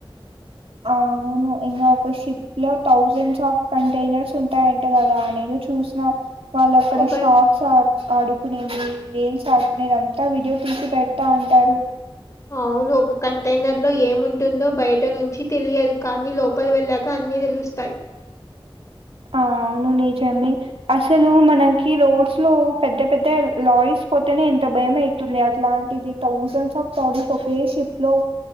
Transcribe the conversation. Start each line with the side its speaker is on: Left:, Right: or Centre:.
Right: అవును ఇంగ ఒక షిప్ లో థౌజండ్స్ ఆఫ్ కంటైనర్స్ ఉంటాయంట కదా నేను చూసి నా వాళ్ళు అక్కడ
Left: ఒక
Right: షాక్ షార్స్ ఆడుకునేది వేల్స్ ఆడుకునేదంతా వీడియో తీసి పెట్టాతా ఉంటారు
Left: అవును ఒక కంటైనర్ లో ఏముంటుందో బయట నుంచి తెలియదు కానీ లో పల వెళ్ళాక అన్ని తెలుస్తాయి
Right: ఆ అవును నిజమే అసలు మనకి రోడ్స్ లో పెద్ద పెద్ద లారీస్ పోతేనే ఎంత భయం అయితుంది అట్లాంటిది థౌసండ్ ఆఫ్ సారిస్ వకే షిప్ లో